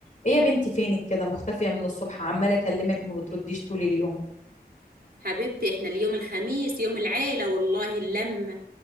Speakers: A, on the left; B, on the right.
A: ايه يا بنتي فينك كده مختفية من الصبح عمالة اكلمك ما بترديش طول اليوم
B: حبيبتي احنا اليوم الخميس يوم العيلة والله اللمة